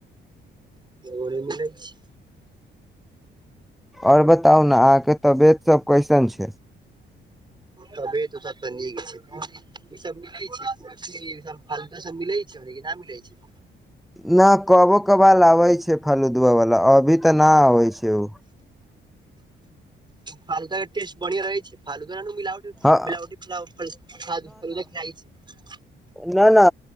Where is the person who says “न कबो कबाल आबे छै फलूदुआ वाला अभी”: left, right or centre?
Centre